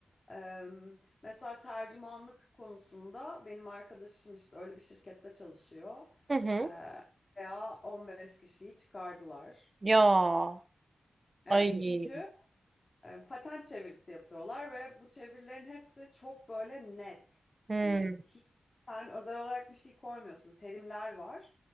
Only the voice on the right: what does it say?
Hı hı.
Ya.
Ay.
Hı.